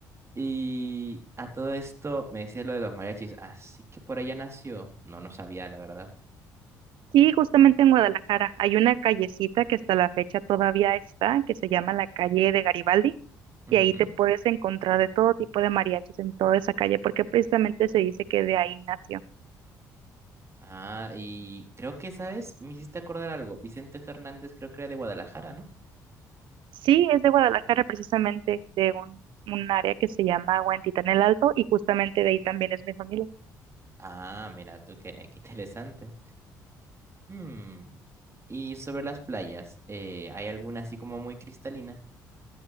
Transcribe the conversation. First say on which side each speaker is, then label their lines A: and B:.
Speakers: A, on the right; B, on the right.
A: Y a todo esto me decía lo de los mariachis, así que por allá nació. No, no sabía, la verdad.
B: Sí, justamente en Guadalajara hay una callecita que hasta la fecha todavía está, que se llama la calle de Garibaldi,
A: Ujú.
B: y ahí te puedes encontrar de todo tipo de mariachis en toda esa calle, porque precisamente se dice que de ahí nació.
A: Ah, y creo que, ¿sabes? Me hiciste acordar algo. Vicente Fernández creo que era de Guadalajara, ¿no?
B: Sí, es de Guadalajara, precisamente de un, un área que se llama Huentitán el Alto, y justamente de ahí también es mi familia.
A: Ah, mira tú, qué, qué interesante. Hmm, Y sobre las playas, eh, ¿hay alguna así como muy cristalina?